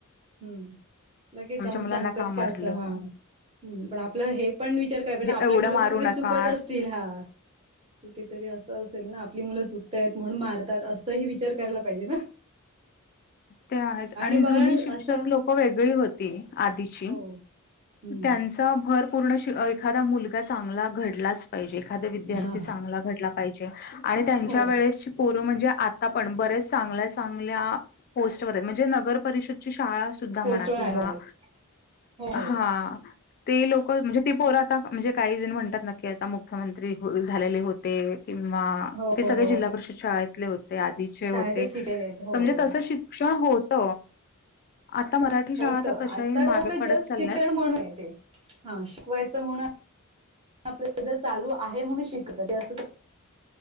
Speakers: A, on the right; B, on the left.
A: हम्म लगेच जाऊन
B: मुलांना
A: सांगतात
B: का मारलं?
A: की असं हा
B: म्हणजे
A: हूं पण आप आपलं हे पण विचार कराय पाहिजे ना आपली
B: एवढं
A: मुलं
B: मारू
A: पण कुठेतरी
B: नका.
A: चुकत असतील हा कुठेतरी असं असेल ना आपली मुलं चुकतायेत म्हणून मारतात असंही विचार करायला पाहिजे ना
B: ते आहेच आणि
A: मग
B: जुनी शिक्षक
A: असा
B: लोक वेगळी होती आधीची
A: हो हम्म
B: त्यानं चा भर पूर्ण श एखादा मुलगा चांगला घडलाच पाहिजे एखादा विद्यार्थी
A: हा
B: चांगला घडला पाहीजे आणि त्यांच्या
A: हो
B: वेळेसी पोर म्हणजे आता पण बऱ्याच चांगल्या चांगल्या पोस्टवर येत म्हणजे नगर परिषदची शाळा सुद्धा
A: पोस्टवर
B: म्हणा किंवा
A: आहेत हो हो
B: हा ते लोक म्हणजे ती पोर आता म्हणजे काही जण म्हणतात न की आता मुख्यमंत्री झालेले होते किंवा
A: हो
B: ते सगळे जिल्हा परिषद शाळेतले होते आधीचे होते.
A: शाळेतच शिकायले हो.
B: तस शिक्षण होत आता मराठी शाळा
A: होत आता
B: तर तशाही मागे
A: ते
B: पडत
A: जस्ट
B: चालल्यात.
A: शिक्षण म्हणून आहे ते हा शिकवायचं म्हणून आपल्यामध्ये चालू आहे म्हणून शिक ते अस